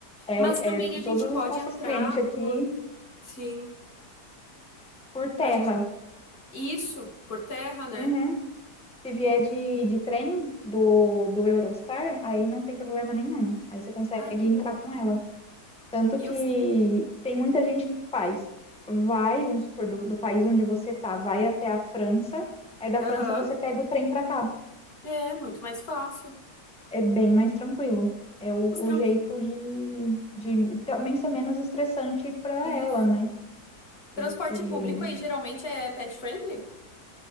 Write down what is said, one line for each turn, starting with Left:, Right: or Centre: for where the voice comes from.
Centre: É,
Left: Mas também
Centre: é todos
Left: a gente pode
Centre: os nossos
Left: entrar
Centre: clientes aqui
Left: por. Sim.
Centre: por terra.
Left: A gente. Isso, por terra, né?
Centre: Uhum. Se vier de, de trem do, do Eurostar, aí não tem problema nenhum. Aí você consegue
Left: Ah, que
Centre: entrar
Left: bom.
Centre: com ela. Tanto
Left: E
Centre: que
Left: os.
Centre: tem muita gente que que faz. Vai, vamos supor, do, do país onde você tá, vai até a França, aí da
Left: Aham.
Centre: França você pega o trem para cá.
Left: É, muito mais fácil.
Centre: É bem mais tranquilo. É o,
Left: Os
Centre: o
Left: trans.
Centre: jeito de, de também ser menos estressante para
Left: Isso.
Centre: ela, né?
Left: Transporte
Centre: Porque
Left: público aí geralmente é pet friendly?